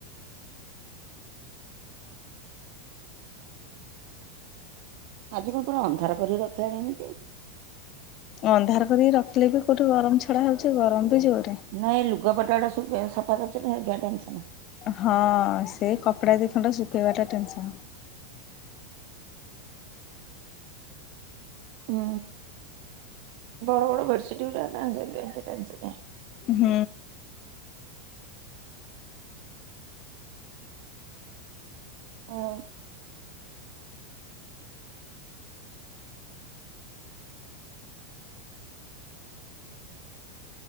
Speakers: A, on the right; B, on the left.
A: ଆଜି କଣ ପୁରା ଅନ୍ଧାର କରିକି ରଖିଲାଣି ଏମିତି।
B: ଅନ୍ଧାର କରିକି ରଖିଲେ ବି କୋଉଠି ଗରମ ଛଡା ହଉଛି। ଗରମ ବି ଜୋରରେ।
A: ନାଇଁ ଲୁଗାପଟା ଗୁଡା ସବୁ <unintelligible> ସଫା କରିଚି ନା ଅଧିକା ଟେନସନ।
B: ହଁ ସେଇ କପଡା ଦିଖଣ୍ଡ ଶୁଖେଇବା ଟା ଟେନସନ୍।
A: ହୁଁ ବଡ ବଡ ବେଡସିଟ ଗୁଡା <unintelligible> ସେଥିପାଇଁ ଟେନସନିଆ।
B: ହୁଁ।
A: ଆଉ